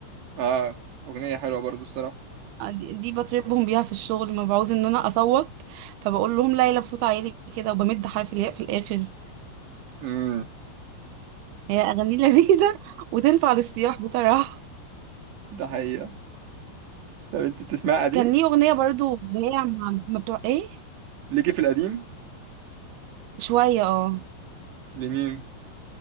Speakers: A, on the right; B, on the right.
A: آه، اغنيه حلوه برضو الصراحه
B: آه، دي دي بطربهم بيها في الشغل ما بعوز ان انا اصوت فبقول لهم ليلى بصوت عالي كده وبمد حرف الياء في الاخر
A: امم
B: هي اغاني لذيذه <laughs> وتنفع للسياح بصراحه
A: ده حقيقه طب انت بتسمع قديم
B: كان ليه اغنيه برضو اللي هي مع- ما بتوع ايه
A: ليكي في القديم
B: شويه اه
A: لمين